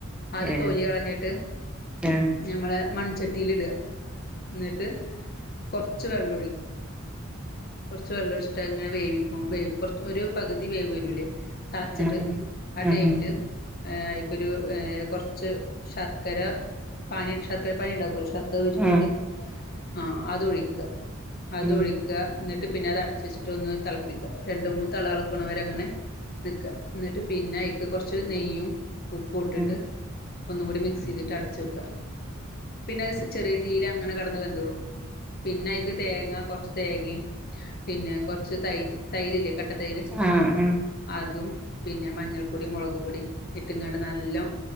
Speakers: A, on the left; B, in the centre.
A: ആദ്യം
B: ഏഹ്
A: തൊലി കളഞ്ഞിട്ട്
B: ഏഹ്
A: ഞമ്മളെ മൺചട്ടില്ടാ ന്നിട്ട് കൊറ്ച്ച് വെള്ളും കൊറ്ച്ച് വെള്ളോയ്ച് ട്ട് അത് ങ്ങനെ വേവിക്കും, വെ കൊറ്ച്ച് ഒരു പകുതി വേവ് വരൂലേ തള്ച്ചിട്ട്
B: ആഹ്
A: ആ
B: ആഹ് ആഹ്
A: ടൈമില് ഏഹ് അയ്ക്കൊരു ഏ കൊറ്ച്ച് ശർക്കര പാനി ശർക്കര പാനി ണ്ടാക്കോല്ലോ ശറ് ക്ക ഒര്ക്കിയിട്ട്
B: ആഹ്
A: ആഹ് അതൊഴിക് അത്
B: ഉം
A: ഒഴിക്കാ ന്നെട്ട് പിന്നെ അത് അടചെച്ചിട്ട് ഒന്ന് തളപ്പിക്കാ രണ്ട് മൂന്ന് തള തള്ക്ണവരെ അങ്ങനെ ന്ക്കാ, ന്ന്ട്ട് പിന്നെ അയ്ക്ക് കൊറ്ച്ച് നെയ്യും ഉപ്പുട്ടിട്ട്
B: ഉം
A: ഒന്നും കൂടി മിക്സ് ചെയ്തിട്ട് അടച്ച് വെക്കാ പിന്നെ അത് ചെറിയ തീയ്ലങ്ങനെ കെട്ന്ന് വെന്തോളും പിന്നെ അയ്ക്ക് തേങ്ങ തേങ്ങി,, പിന്നെ കൊറ്ച്ച് തൈ തൈരില്ലേ കട്ട തൈര്
B: ആഹ് ആഹ്
A: അതും പിന്നെ മഞ്ഞൾപ്പൊടി മൊളക് പൊടി ഇട്ട്കാണ്ട് നല്ലോം